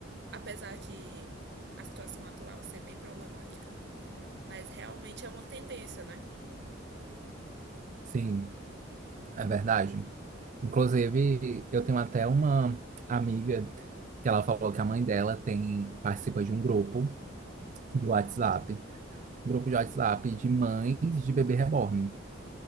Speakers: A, on the right; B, on the right.
A: apesar de a situação atual ser bem problemática, Mas realmente é uma tendência, né?
B: Sim, é verdade. Inclusive, eu tenho até uma amiga que ela falou que a mãe dela tem, participa de um grupo de WhatsApp, um grupo de WhatsApp de mães de bebê reborn.